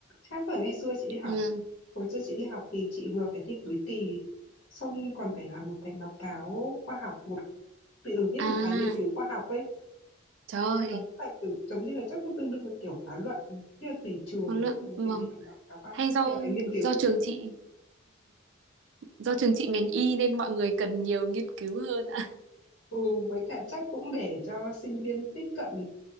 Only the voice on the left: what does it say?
Khác với ngày xưa chị đi học.
Hồi xưa chị đi học thì chị vừa phải thi cuối kỳ, xong còn phải làm một cái báo cáo khoa học, một tự viết
một bài nghiên cứu khoa học ấy.
Nó
giống phải tự, giống như là chắc nó tương đương với kiểu khóa luận, như là tùy trường,
trường
chị thì làm báo cáo khoa
học,
bây giờ là nghiên cứu
khoa
học.
Ừ, với cả chắc cũng để cho sinh viên tiếp cận